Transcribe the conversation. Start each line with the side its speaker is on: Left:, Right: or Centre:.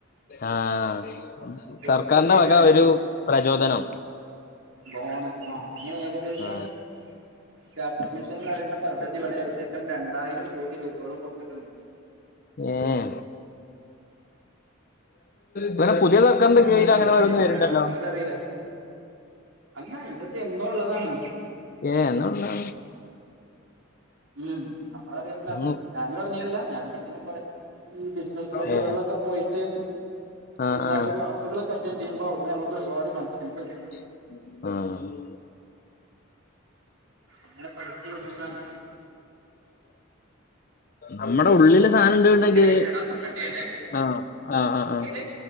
Left: ആഹ്
Right: വെറുതെ
Left: സർക്കാരിന്റെ
Right: തരികയാണ്
Left: വക ഒരു പ്രചോദനം
Right: ബോണസ് ആ അങ്ങനെഏകദേശം
Left: ആ
Right: സ്റ്റാർട്ടപ്പ് മിഷൻന്ന്പറയുന്ന പദ്ധതി ഇവിടെ ഏകദേശം രണ്ടായിരം കോടി രൂപകളും കൊടുത്തിട്ടുണ്ട്.
Left: ഏ ഇവിടെ പുതിയ സർക്കാരിന്റെ
Right: അറിയുന്നവർ
Left: കീഴിൽ അങ്ങനെ ഓരോന്ന്
Right: അറിയും.
Left: വരുന്നുണ്ടല്ലോ
Right: അറിയാത്തവർ അറിയില്ല. അല്ലാ ഇതൊക്കെ എന്നോ ഉള്ളതാണ്.
Left: ഏ എന്നോഉള്ളതാ
Right: ഉം നമ്മള അറിയണില്ലാന്നേ
Left: ഒന്ന്
Right: ഉള്ളു. ഞാനും അറിഞ്ഞിരുന്നില്ല. ഞാനൊക്കെ പിന്നെ കൊറെ ഈ ബിസിനസ്സ് ക്ലബ്ബുകളിലൊക്കെ
Left: ഏ
Right: പോയിറ്റ്
Left: ആ
Right: ഒരുപാട്
Left: ആ
Right: ക്ലാസ്സുകളൊക്കെ അറ്റന്റ് ചെയ്യുമ്പോ അവിടെ നമ്മുക്ക് ഒരുപാട് കണക്ഷൻസ് കിട്ടും.
Left: ആഹ്
Right: അങ്ങനെ പഠിച്ചു വരുന്നതാണ്
Left: നമ്മടെ ഉള്ളില് സാധനംണ്ട്. ണ്ടങ്കി
Right: ഒരു മിനിറ്റടാ കട്ട് ചെയ്യല്ലേ
Left: ആഹ് ആഹ് ആഹ്
Right: എന്ത്